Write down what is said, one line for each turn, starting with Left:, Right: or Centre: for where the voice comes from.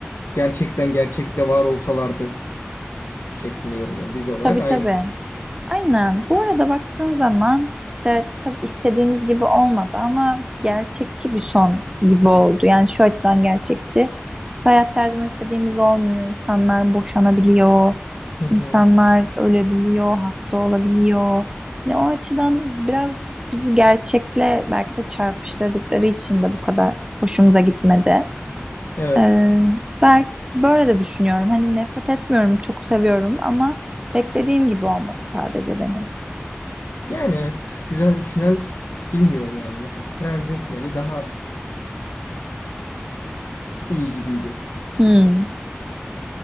Left: Gerçekten gerçekte var olsalardı şeklinde yorumluyorum. Dizi olarak
Right: Tabii
Left: ayrı.
Right: tabii. Aynen. Bu arada baktığın zaman işte tabii istediğimiz gibi olmadı ama gerçekçi bir son gibi oldu. Yani şu açıdan gerçekçi. İşte hayat her zaman istediğimiz olmuyor. İnsanlar boşanabiliyor.
Left: Hı hı.
Right: insanlar ölebiliyor, hasta olabiliyor. Ne o açıdan biraz bizi gerçekle belki de çarpıştırdıkları için de bu kadar hoşumuza gitmedi.
Left: Evet.
Right: Ee, belki böyle de düşünüyorum. Hani nefret etmiyorum, çok seviyorum ama beklediğim gibi olmadı sadece benim.
Left: Yani evet. Güzel bir final. Bilmiyorum yani. Mesela Friends'in finali daha iyi gibiydi.
Right: Hmm.